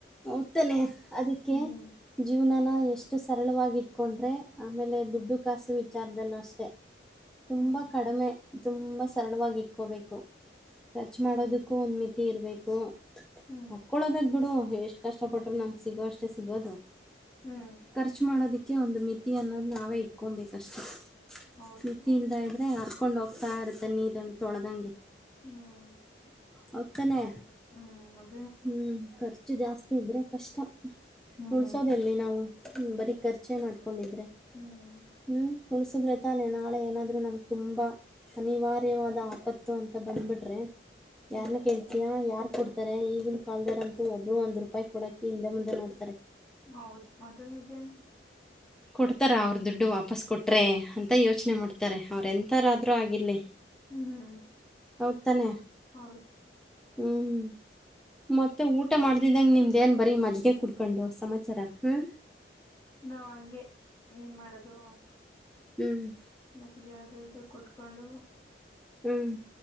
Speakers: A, in the centre; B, on the left.
A: ಉತ್ತನೇ ಅದಕ್ಕೆ
B: ಹ್ಮ್
A: ಜೀವನನ ಅಷ್ಟು ಸರಳವಾಗಿ ಇಟ್ಕೊಂಡ್ರೆ ಆಮೇಲೆ ದುಡ್ಡು ಕಾಸು ವಿಚಾರದಲ್ಲೂ ಅಷ್ಟೆ ತುಂಬಾ
B: ಹ್ಮ್
A: ಕಡಿಮೆ ತುಂಬಾ ಸರಳವಾಗಿ ಇಟ್ಕೋಬೇಕು ಖರ್ಚು
B: ಹ್ಮ್
A: ಮಾಡೋದಕ್ಕೂ ಒಂದ್ ಮಿತಿ ಇರ್ಬೇಕು
B: ಹ್ಮ್
A: ಪಡ್ಕಳೋದಾಗ ಬಿಡು ಎಷ್ಟ ಕಷ್ಟಪಟ್ಟರು ನಮ್ಗೆ ಸಿಗೋ ಅಷ್ಟೇ ಸಿಗೋದು
B: ಹ್ಮ್
A: ರ್ಚ್ ಮಾಡೋದಕ್ಕೆ ಒಂದು ಮಿತಿ ಅನ್ನೋದು ನಾವೇ ಇಟ್ಕೊಬೇಕಷ್ಟೇ
B: ಹೌದು
A: ಮಿತಿಿಯಿಂದ ಇದ್ರೆ ಯ ಕಕೊಂಡು ಹೋಗ್ತಾ ಇರುತ್ತೆ ನೀರಲ್ಲಿ ತೊಳೆ್ದಂಗೆ
B: ಹ್ಮ್
A: ಹೌತಾನೆ
B: ಹೌದು ಹ್ಮ್ದು
A: ಹ್ಮ್ ಖರ್ಚು ಜಾಸ್ತಿ ಇದ್ರೆ ಕಷ್ಟ
B: ಹ್ಮ್
A: ಮುಡ್ಸೋದೆಲ್ಲಿ ನಾವು ಹ್ಮ ಬರೀ ಖರ್ಚೆ ಮಾಡ್ಕೊಂಡಿದ್ರೆ
B: ಹ್ಮ್
A: ಹ್ಮ್ ಉಳಸಿದ್ರೆ ತಾನೆ ನಾಳೆ ಏನಾದ್ೂ ನಮ್ಗೆ ತುಂಬಾ ಅನಿವಾರ್ಯವಾದ ಆಪತ್ತು ಅಂತ ಬಂದ್ಬಿಟ್ರೆ
B: ಹ್ಮ್
A: ಯಾರ್ನ್ನ ಕೇಳ್ತಯ ಯಾರ್ ಕೊಡ್ತಾರೆ ಈಗ ಆಗಿನ ಕಲ್ದರಂತೂ ಒಬ್ಬರು ಒಂದ್ ರೂಪಾಯಿ ಕೊಡಕಿ ಹಿಂದೆ ಮುಂದೆ ನೋಡ್ತಾರೆ
B: ಹೌದು ಅದು ನಿಜನ
A: ಕೊಡ್ತಾರ ಅವ್ರ ದುಡ್ಡು ವಾಪಸ್ು ಕೊಟ್ರರೆ ಅಂತ ಅಂತ ಯೋಚನೆ ಮಾಡ್ತಾರೆ ಅವ್ರೆ ಎಂಥಾರಾದರೂ ಆಗಿಿಲ್ಲ
B: ಹ್ಮ್
A: ಹೌದತಾನೆ
B: ಹೌದು
A: ಹ್ಮ್ ಮತ್ತೆ ಊಟ ಮಾಡ್ದಿದ್ದಂಗ ನಿಮ್ದೇನ್ ಬರೀ ಮಜ್ಗೆ ಕುಡ್ಕೊಂಡು ಸಮಾಚಾರ ಹ್ಮ್
B: ನಾಾವ್ ಹಂಗೆ ನೀನ್ ಮಾಡದು
A: ಹ್ಮ್್ಮ
B: ಮಜ್ಜಿಗೆ ಅದು ಇದು ಕುಟ್ಕೊಂಡು
A: ಹ್ಮ್